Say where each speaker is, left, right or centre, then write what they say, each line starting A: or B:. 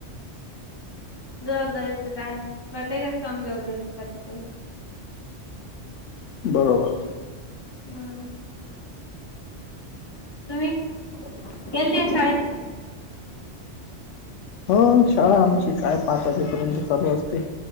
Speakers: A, on the left; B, on the left.
A: जबाबदारीचा काय प्रत्येकच काम जबाबदारीच
B: बरोबर.
A: हम्म. तुम्ही गेलते शाळेत.
B: हो शाळा आमची काय पाच वाजेपर्यंत चालू असते.